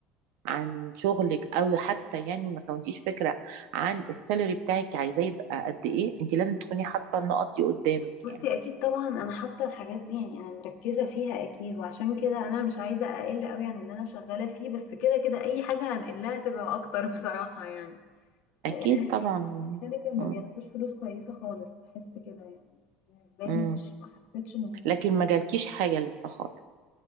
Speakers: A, on the right; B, on the left.
A: عن شغلك او حتى يعني ما كونتيش فكره عن السالري بتاعك عايزاه يبقى قد ايه انت لازم تكوني حاطه النقط دي قدامك
B: بصي
A: يعني
B: اكيد طبعا انا حاطه الحاجات دي يعني انا مركزه فيها اكيد وعشان كده انا مش عايزه اقل قوي عن اللي انا شغاله فيه بس كده كده اي حاجه هنقلها تبقى اكتر <laughs> بصراحه يعني لان
A: اكيد طبعا يعني.
B: الشركه ما
A: مم.
B: بياخدوش فلوس كويسه خالص بحس كده يعني بالنسبه
A: مم.
B: لي مش ما حسيتش ان
A: لكن ما جالكيش حاجه لسه خالص